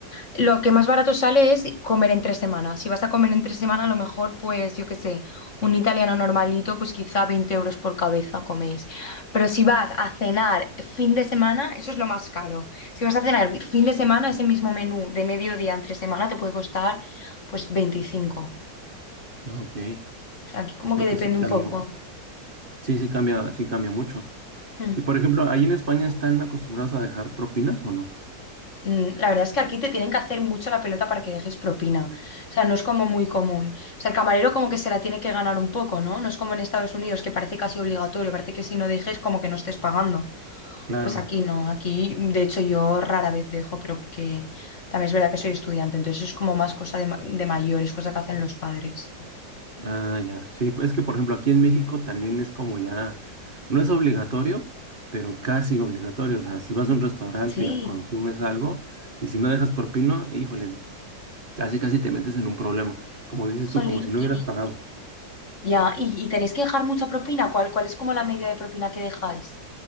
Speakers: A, on the left; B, on the right.
A: lo que más barato sale es comer entre semanas. Si vas a comer entre semana, a lo mejor, pues yo qué sé, un italiano normalito, pues quizá 20 euros por cabeza coméis. Pero si vas a cenar fin de semana, eso es lo más caro. Si vas a cenar fin de semana, ese mismo menú de mediodía entre semana te puede costar pues 25.
B: Ah, ok.
A: O sea, aquí como
B: No,
A: que depende
B: pues sí cambia.
A: un poco.
B: Sí, sí cambia, sí cambia mucho.
A: Hmm.
B: Y por ejemplo, ¿ahí en España están acostumbrados a dejar propinas o no?
A: Mm, La verdad es que aquí te tienen que hacer mucho la pelota para que dejes propina. O sea, no es como muy común. O sea, el camarero como que se la tiene que ganar un poco, ¿no? No es como en Estados Unidos, que parece casi obligatorio, parece que si no dejes como que no estés pagando.
B: Claro.
A: Pues aquí no, aquí de hecho yo rara vez dejo, pero porque también es verdad que soy estudiante, entonces eso es como más cosa de, ma- de mayores, cosa que hacen los padres.
B: Ah, ya. Sí, pues es que por ejemplo aquí en México también es como ya, no es obligatorio, pero casi obligatorio. O sea, si vas a un restaurante
A: Sí,
B: y consumes algo y si no dejas propina, híjole, casi casi te metes en un problema. Como dices
A: jolín,
B: tú, como si no
A: y-
B: hubieras pagado.
A: ya, y, y tenéis que dejar mucha propina, ¿cuál, cuál es como la media de propina que dejáis?